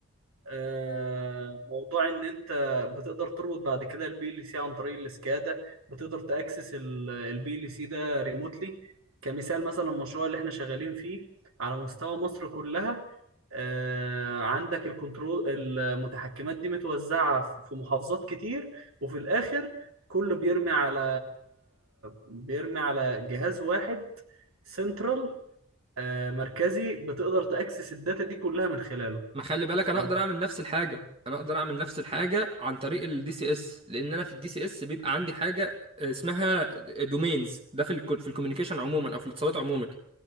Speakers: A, on the right; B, on the right.
A: آه، موضوع ان انت بتقدر تربط بعد كده البي ال سي عن طريق السكادا بتقدر تاكسس البي ال سي ده ريموتلي كمثال مثلا المشروع اللي احنا شغالين فيه على مستوى مصر كلها آه، عندك الكنترول المتحكمات دي متوزعه في محافظات كتير وفي الاخر كله بيرمي على بيرمي على جهاز واحد سنترال آه، مركزي بتقدر تأكسس الداتا دي كلها من خلاله
B: ما خلي بالك
A: ف...
B: انا اقدر اعمل نفس الحاجه انا اقدر اعمل نفس الحاجه عن طريق الدي سي اس لان انا في الدي سي اس بيبقى عندي حاجه آه، اسمها دومينز ده في ال في الكوميونيكيشن عموما او في الاتصالات عموما